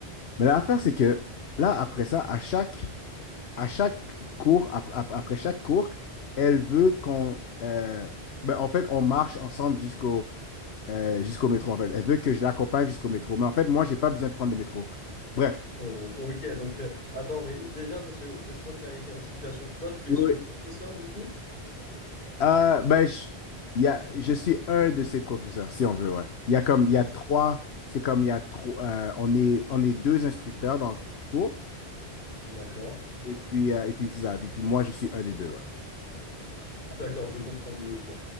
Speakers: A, on the left; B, on the left.
A: Mais l'affaire, c'est que là, après ça, à chaque à chaque cours, ap- ap- après chaque cours, elle veut qu'on... euh, ben, en fait, on marche ensemble jusqu'au euh, jusqu'au métro, en fait. Elle veut que je l'accompagne jusqu'au métro. Mais en fait, moi, j'ai pas besoin de prendre le métro. Bref.
B: Oh, ok. Donc, euh, attends, mais déjà, parce que laisse-moi clarifier la situation. Toi, tu
A: Oui,
B: es son
A: oui.
B: professeur du coup?
A: Euh, ben, je, il y a, je suis un de ses professeurs, si on veut, ouais. Il y a comme, il y a trois... C'est comme il y a trois... euh, on est, on est deux instructeurs dans le cours.
B: D'accord,
A: Et puis, euh, et puis c'est ça. Et puis moi, je suis un des deux, ouais.
B: d'accord, je comprends mieux, ok.